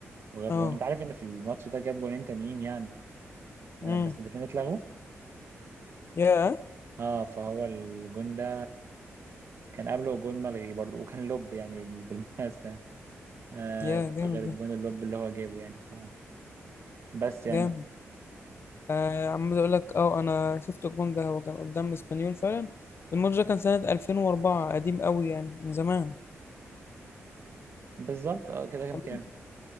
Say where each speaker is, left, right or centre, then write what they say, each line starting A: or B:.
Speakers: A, on the right (about 55°); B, on the left (about 55°).
A: وجاب
B: اه
A: جون انت عارف ان في الماتش ده جاب جونين تانيين يعني آه
B: امم
A: بس الاتنين اتلغوا
B: يا
A: اه فهو الجون ده كان قبله جون ملغي برضو وكان لوب يعني بالمناسبة آه
B: يا جامد
A: غير الجون
B: ده
A: اللوب اللي هو جابه يعني ف بس يعني
B: جامد آه عمال اقول لك اه انا شفت الجون ده هو كان قدام اسبانيول فعلا الماتش ده كان سنة 2004 قديم قوي يعني من زمان
A: بالظبط اه كده كام
B: تمام
A: كام